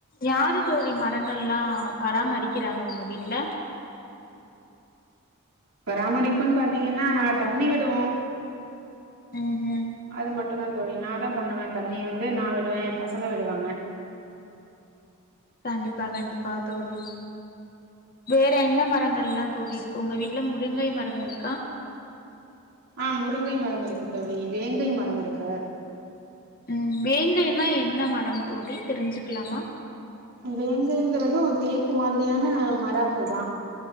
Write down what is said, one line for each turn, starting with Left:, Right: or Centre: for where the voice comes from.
Left: யார் தோழி மரங்கள்லா பராமரிக்கிறாங்க உங்க வீட்டுல
Right: பராமரிப்புன் பாத்தீங்கன்னா நாங்க தண்ணி விடுவோ
Left: ம் ம்
Right: அது மட்டுந்தா தோழி நா தா பண்ணுவே தண்ணிய வந்து நா விடுவே எ பசங்க விடுவாங்க
Left: கண்டிப்பா கண்டிப்பா தோழி வேற என்ன மரங்கள்ல்லா தோழி இருக்கு உங்க வீட்ல முருங்கை மரம் இருக்கா
Right: ஆ முருங்கை மரம் இருக்கு தோழி வேங்கை மரம் இருக்கு
Left: ம் வேங்கைன்னா என்ன மரம் தோழி தெரிஞ்சுக்கலாமா
Right: வேங்கைங்கறது தேக்கு மாதிரியான மரகைதா